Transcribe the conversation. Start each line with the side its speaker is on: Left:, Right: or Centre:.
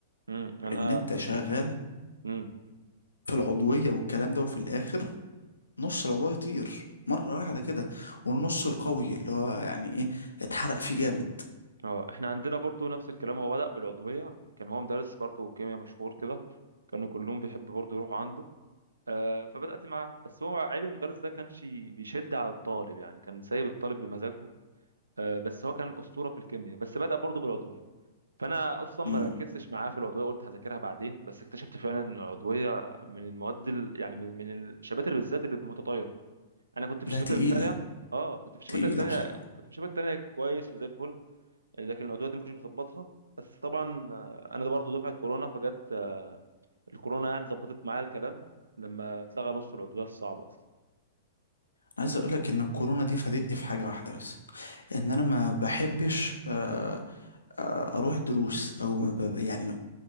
Right: امم انا
Left: ان انت شغال
Right: امم
Left: في العضوية والكلام ده وفي الاخر نص العضوية يطير مرة واحدة كده والنص القوي اللي هو يعني ايه اتحرق فيه جامد
Right: اه احنا عندنا برضو نفس الكلام هو بدأ بالعضوية كان هو مدرس برضو كيمياء مشهور كده كانوا كلهم بيحب برضو يروحوا عنده آه فبدأت معاه بس هو عيب المدرس ده كانش بيشد على الطالب يعني كان سايب الطالب بمزاجه آه بس هو كان أسطورة في الكيمياء بس بدأ برضو بالعضوية فأنا أصلا
Left: امم
Right: ما ركزتش معاه في العضوية قلت هذاكرها بعدين بس اكتشفت فعلا إن العضوية من المواد ال... يعني من من الشباتر بالذات اللي متطايرة أنا كنت في
Left: لا
Right: الشباتر
Left: تقيلة
Right: التانية اه كنت في الشباتر
Left: تقيلة
Right: التانية
Left: بصراحة
Right: كنت في الشباتر التانية كويس وزي الفل لكن العدويات دي ما كنتش بظبطها بس طبعا آه، انا ده برضه دفعه كورونا فجت آه، الكورونا يعني ظبطت معايا الكلام لما اتلغى نص العضويات الصعبه اصلا
Left: عايز اقول لك ان الكورونا دي فادتني في حاجه واحده بس ان انا ما بحبش آه، آه، اروح دروس او ما ب- يعني ما